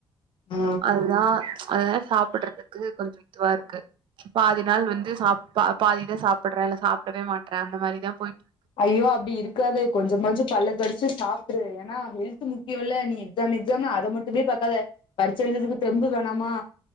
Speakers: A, on the left (about 65°); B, on the right (about 65°).
A: ஆ
B: அதுதா அதா சாப்பட்றதுக்கு கொஞ்சோ இதுவா இருக்கு பாதி நாள் வந்து சாப் பா பாதிதா சாப்புட்ற இல்ல சாப்டவே மாட்ற அந்த மாரிதா போய்ட்ருக்
A: ஐயோ அப்டி இருக்காத கொஞ்சமாச்சு பல்ல கடிச்சு சாப்டு எனா ஹெல்த்து முக்கியோல்ல நீ எக்ஸாம் எக்ஸாம்னு அத மட்டுமே பாக்காத பரிச்ச எழுததுக்கு தெம்பு வேணாமா